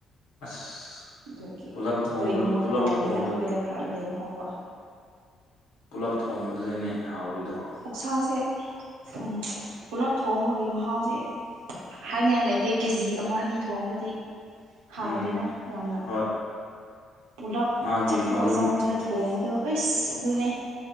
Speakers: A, on the left; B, on the right.
A: ꯑꯁ
B: ꯑꯗꯨꯒꯤ
A: ꯄꯨꯂꯞ
B: ꯑꯩꯈꯣꯏ
A: ꯊꯣꯡꯕꯗꯨ
B: ꯏꯃꯨꯡꯅ
A: ꯄꯨꯂꯞ
B: ꯇꯧꯕꯅꯤꯅ
A: ꯊꯣꯡꯕ
B: ꯑꯩꯈꯣꯏꯗ ꯈꯔ ꯂꯦꯝꯍꯧꯕ꯫
A: ꯄꯨꯜꯂꯞ ꯊꯣꯡꯕꯗꯨꯗꯅꯦ ꯍꯥꯎꯔꯤꯗꯣ꯫
B: ꯎꯛꯁꯥꯁꯦ ꯎꯝ ꯄꯨꯂꯞ ꯊꯣꯡꯕꯒꯤ ꯃꯍꯥꯎꯁꯦ ꯍꯥꯏꯅꯤꯡꯉꯥꯏ ꯂꯩꯇꯦ ꯀꯦꯖꯤ ꯑꯃ ꯑꯅꯤ ꯊꯣꯡꯕꯗꯤ ꯍꯥꯎꯇꯦꯗ
A: ꯎꯝ
B: ꯌꯥꯝꯅ꯫
A: ꯍꯣꯏ
B: ꯄꯨꯂꯞ
A: ꯃꯥꯒꯤ
B: ꯆꯐꯨ
A: ꯃꯅꯨꯡ
B: ꯑꯆꯧꯕꯗ ꯊꯣꯡꯕꯗꯣ ꯑꯩꯁ ꯑꯗꯨꯅꯦ